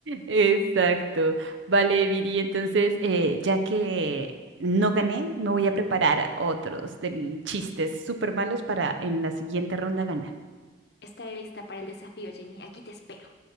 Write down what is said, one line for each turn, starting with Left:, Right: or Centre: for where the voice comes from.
Right: Exacto. Vale, Viri, entonces, eh, ya que no gané, me voy a preparar otros del chistes súper malos para en la siguiente ronda ganar.
Left: Estaré lista para el desafío, Jenny. Aquí te espero.